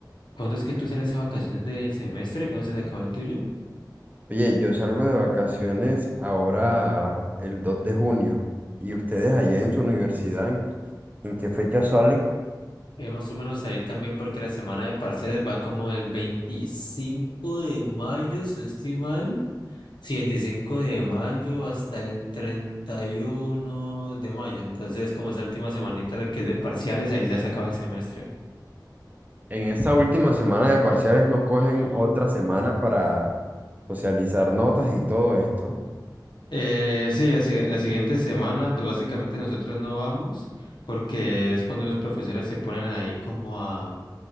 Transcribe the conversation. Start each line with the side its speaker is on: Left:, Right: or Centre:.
Left: ¿cuándo es que tú sales a vacaciones del semestre? ¿Cuándo se te acaba el tuyo?
Right: Oye, yo salgo de vacaciones ahora el 2 de junio y ustedes allá en su universidad, ¿en, en qué fecha salen?
Left: Es más o menos ahí también porque la semana de parciales va como del 25 de mayo, si no estoy mal. Sí, 25 de mayo hasta el 31 de mayo. Entonces, como esa última semanita la que es de parciales, ahí ya se acaba el semestre.
Right: En esta última semana de parciales no cogen otra semana para socializar notas y todo esto.
Left: Eh, sí, la, si- la siguiente semana, pues básicamente nosotros no vamos porque es cuando los profesores se ponen ahí como a,